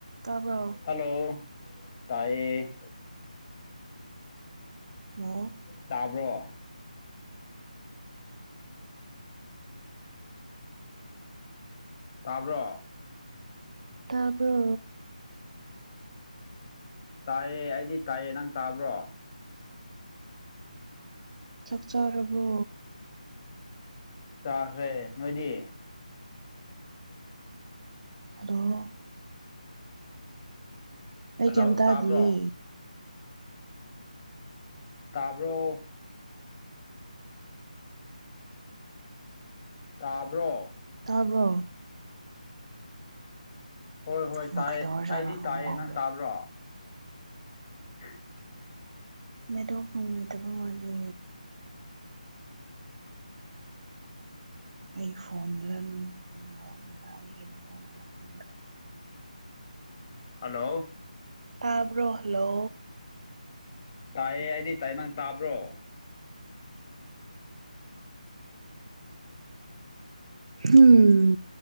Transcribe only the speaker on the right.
ꯇꯥꯕ꯭ꯔꯣ
ꯑꯣ
ꯇꯥꯕ꯭ꯔꯣ
ꯆꯥꯛ ꯆꯥꯔꯕꯣ
ꯍꯂꯣ ꯑꯩ
ꯀꯩꯝ ꯇꯥꯗꯤꯌꯦ
ꯇꯥꯕ꯭ꯔꯣ
ꯃ
ꯀꯩꯗꯧꯔꯖꯥꯠꯅꯣ
ꯑꯃꯨꯛ
ꯍꯧꯔꯦ
ꯅꯦꯠꯋꯥꯛ ꯅꯨꯡꯉꯥꯏꯇꯕ ꯃꯥꯂꯦ ꯑꯩ ꯐꯣꯟꯅꯔ ꯅꯪꯒꯤ ꯅꯦꯠꯋꯥꯔꯛꯅꯔ ꯑꯩꯒꯤ ꯅꯦꯠꯋꯥꯔꯛꯅꯔ ꯈꯪꯗ꯭ꯔꯦ
ꯇꯥꯕ꯭ꯔꯣ ꯍꯜꯂꯣ
ꯍꯨꯝ